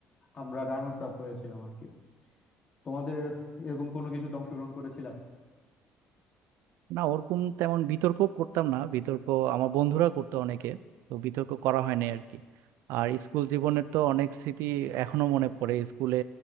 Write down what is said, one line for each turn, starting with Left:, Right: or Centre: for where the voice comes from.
Left: আমরা রানার্স আপ হয়েছিলাম আর কি তোমাদের এরকম কোনো কিছুতে অংশগ্রহণ করেছিল
Right: না ওরকম তেমন বিতর্ক করতাম না বিতর্ক আমার বন্ধুরা করতো অনেকে তো বিতর্ক করা হয়নি আর কি আর স্কুল জীবনের তো অনেক স্মৃতি এখনো মনে পড়ে স্কুলে